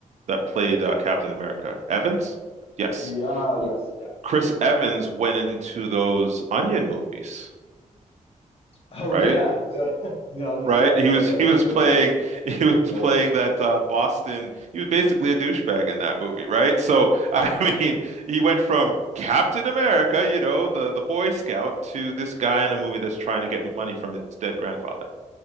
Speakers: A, on the right; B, on the left.
A: that played uh, Captain America? Evans? Yes.
B: Yeah, uh, yes, yeah,
A: Chris
B: yeah.
A: Evans went into those Onion movies,
B: Oh
A: right?
B: yeah. <laughs> No, yeah,
A: Right? He
B: yeah,
A: was
B: yeah,
A: he
B: sure,
A: was playing
B: yeah.
A: <laughs> he was
B: Yeah.
A: playing that uh, Boston. He was basically a douchebag in that movie, right? So I
B: Yeah,
A: <laughs> mean, he went from Captain America, you know, the the Boy Scout, to this guy in a movie that's trying to get money from his dead grandfather.